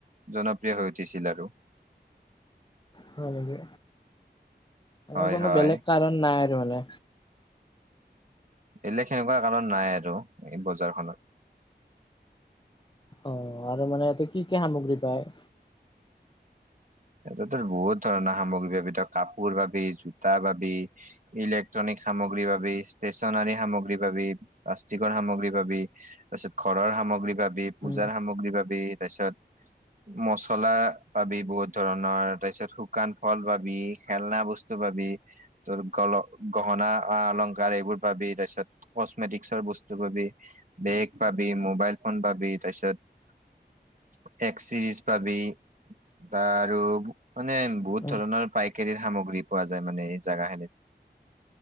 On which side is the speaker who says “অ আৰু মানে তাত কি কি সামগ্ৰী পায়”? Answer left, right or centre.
Left